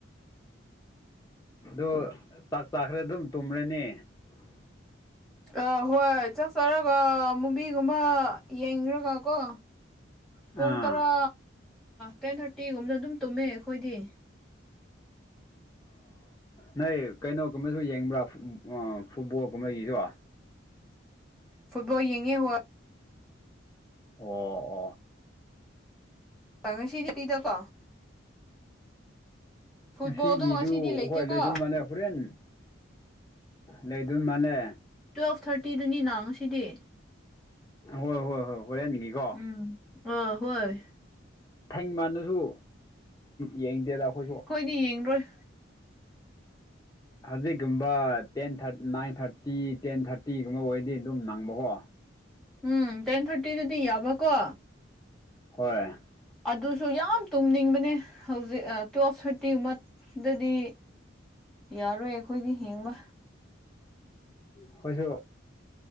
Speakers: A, on the left; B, in the centre.
A: ꯎꯝ ꯑꯗꯨ ꯆꯥꯛ ꯆꯥꯈ꯭ꯔꯦ ꯑꯗꯨꯝ ꯇꯨꯝꯔꯅꯤ ꯎ
B: ꯑ ꯍꯣꯏ ꯆꯥꯛ ꯆꯔꯒ ꯃꯨꯕꯤꯒꯨꯝꯕ ꯌꯦꯡ꯭ꯔꯒ ꯀꯣ ꯄꯨꯡ
A: ꯑꯥ
B: ꯇꯔꯥ ꯇꯦꯟ ꯊꯥꯔꯇꯤꯒꯨꯝꯕꯅ ꯑꯗꯨꯝ ꯇꯨꯝꯃꯦ ꯑꯩꯈꯣꯏꯗꯤ
A: ꯅꯣꯏ ꯀꯩꯅꯣꯒꯨꯝꯕꯁꯨ ꯌꯦꯡꯕ꯭ꯔꯥ ꯐꯨꯠꯕꯣꯜꯒꯨꯝꯕꯒꯤꯁꯨ
B: ꯐꯨꯠꯕꯣꯜꯡꯉꯦ ꯍꯣ
A: ꯑꯣ
B: ꯉꯁꯤꯗꯤꯄꯤꯤꯗꯀꯣ ꯐꯨꯠꯕꯣꯜꯗꯣ
A: ꯉꯁꯤꯒꯤꯗꯨ
B: ꯉꯁꯤꯗꯤ ꯂꯩꯇꯦꯀꯣ
A: ꯍꯣꯏ ꯂꯩꯗꯣꯏ ꯃꯥꯜꯂꯦ ꯍꯣꯔꯦꯟ ꯂꯩꯗꯣꯏ ꯃꯥꯜꯂꯦ
B: ꯇꯨꯌꯦꯜꯐ ꯊꯥꯔꯇꯤꯗꯅꯤ ꯅꯥꯡꯁꯤꯗꯤ
A: ꯍꯣꯏ ꯍꯣꯏ ꯍꯣꯏ ꯍꯣꯏꯣ
B: ꯎꯝ ꯑ ꯍꯣꯏ
A: ꯊꯩ ꯃꯗꯨꯁꯨ ꯌꯦꯡꯗꯦꯗ ꯑꯩꯈꯣꯏꯁꯨ
B: ꯃꯤ ꯌꯦ ꯌꯦꯡꯂꯔꯣꯏ
A: ꯍꯧꯖꯤꯛꯀꯨꯝꯕ ꯇꯦꯟ ꯅꯥꯏꯟ ꯊꯥꯔꯇꯤ ꯇꯦꯟ ꯊꯥꯔꯇꯤꯒꯨꯝꯕ ꯑꯣꯏꯔꯗꯤ ꯑꯗꯨꯝ ꯅꯪꯕꯀꯣ
B: ꯎꯝ ꯇꯦꯟ ꯊꯥꯔꯇꯤꯗꯗꯤ ꯌꯥꯕꯀꯣ
A: ꯍꯣꯏ
B: ꯑꯗꯨꯁꯨ ꯌꯥꯝ ꯇꯨꯝꯅꯤꯡꯕꯅꯦ ꯍꯧꯖꯤꯛ ꯇꯨꯋꯦꯜꯐ ꯊꯥꯔꯇꯤꯒꯨꯝꯕ ꯗꯗꯤ ꯌꯥꯔꯣꯏ ꯑꯩꯈꯣꯏꯗꯤ ꯍꯡꯕ
A: ꯑꯩꯈꯣꯏꯁꯨ